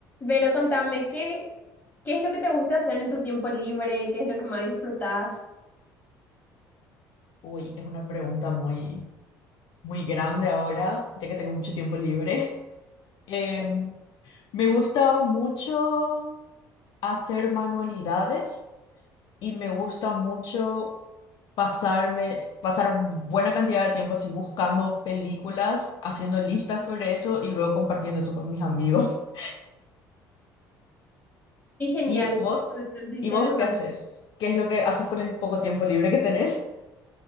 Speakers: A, on the left; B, on the left.
A: pero contame, ¿qué, qué es lo que te gusta hacer en tu tiempo libre? ¿Qué es lo que más disfrutas?
B: Uy, es una pregunta muy, muy grande ahora, ya que tengo mucho tiempo libre. Em, me gusta mucho hacer manualidades y me gusta mucho pasarme, pasar buena cantidad de tiempo así buscando películas, haciendo listas sobre eso y luego compartiendo eso con mis amigos. <laughs>
A: Qué genial,
B: ¿Y vos?
A: bastante interesante.
B: ¿Y vos qué haces? ¿Qué es lo que haces con el poco tiempo libre que tenés?